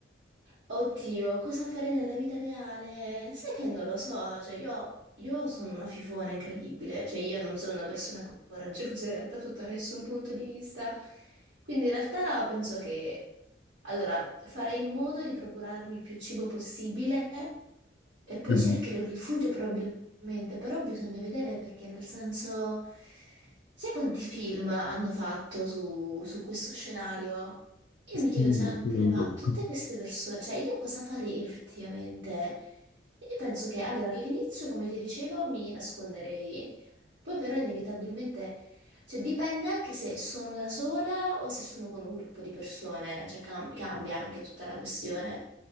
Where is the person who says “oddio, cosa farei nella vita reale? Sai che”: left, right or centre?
Right